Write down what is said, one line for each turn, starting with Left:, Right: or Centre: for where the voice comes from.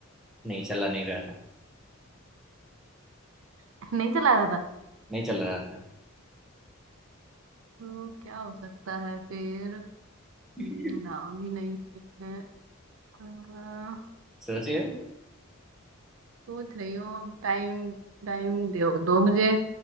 Centre: नहीं चला नहीं रहा था
Right: <laughs> नहीं चला रहा था
Centre: नहीं चल रहा था
Right: तो क्या हो सकता है फिर हम्म,
Centre: <laughs>
Right: नाव भी नहीं है अ,
Centre: सोचिए
Right: सोच रही हूँ अब टाइम टाइम दो दो मुझे